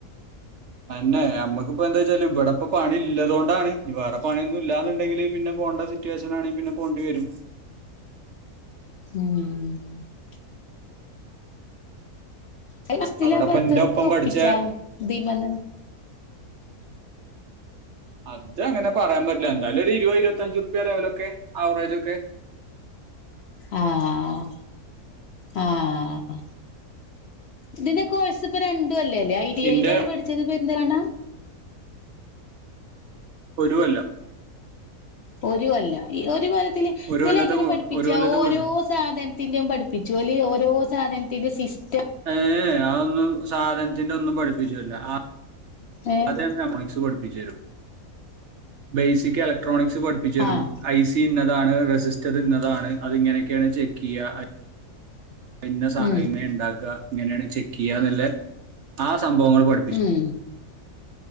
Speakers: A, on the right; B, on the left.
A: അന്നെ നമ്മക്കിപ്പോ എന്താ ച്ചാല് ഇവിടെപ്പ പണി ഇല്ല തുണ്ടാണ് ഇനി വേറെ പണിയൊന്നും ഇല്ലാ ന്നുണ്ടെങ്കിൽ പിന്നെ പോവേണ്ട സിറ്റുവേഷനാണെങ്കി പിന്നെ പോണ്ടി വരും
B: ഉം <inaudible> അയ്‌ <unintelligible>
A: അവിടെ ഇപ്പൊ
B: എത്ര
A: എന്റെ ഒപ്പം
B: പ്പി ഒപ്പിച്ചാ
A: പഠിച്ച
B: ദീമന്ന്
A: അത് അങ്ങനെ പറയാൻ പറ്റില്ല എന്തായാലും ഒരു ഇരുപത് ഇരുപത്തിഞ്ച് റുപ്യ ലെവലൊക്കെ ആവറേജൊക്കെ
B: ആഹ് ആഹ് ഇതിന്റെ കോഴ് സിപ്പ രണ്ട് അല്ലല്ലേ ഐ ടി
A: ഇന്റെ
B: ഐ അല്ലേ പഠിച്ചത് പെരിന്തൽമണ്ണ
A: ഒരു കൊല്ലം
B: ഒരു കൊല്ല ഈ ഒരു കൊല്ലത്തില്
A: ഒരു
B: ഇതില്
A: കൊല്ലത്തെ
B: എങ്ങനെ
A: കോ-
B: പഠിപ്പിച്ചാ
A: ഒരു കൊല്ലത്തെ
B: ഓരോ
A: കോഴ്സ്
B: സാധനത്തിന്റേം പഠിപ്പിച്ചോല് ഓരോ സാധനത്തിന്റെസിസ്
A: ഏഹ് അതൊന്നും സാധനത്തിന്റെന്നും പഠിപ്പിച്ചൂ ല്ല ആ
B: ഏഹ്
A: അതെന്നെ <unintelligible> പഠിപ്പിച്ചേ രും ബേസിക് ഇലക്ട്രോണിക്സ് പഠിപ്പിച്ചേ രും
B: ആഹ്
A: ഐ സി തി ഇന്നതാണ് റെസിസ്റ്റർ ഇന്നതാണ് അതിങ്ങനെയൊക്കെയാണ് ചെക്ക് യ്യാ പിന്നെ സാധനം
B: ഉം
A: ഇങ്ങനെ ഉണ്ടാക്കാ ഇങ്ങനെയാണ് ചെക്ക് ചെയ്യാ ന്നില്ലേ ആഹ് സംഭവങ്ങൾ പഠിപ്പി
B: മ്മ്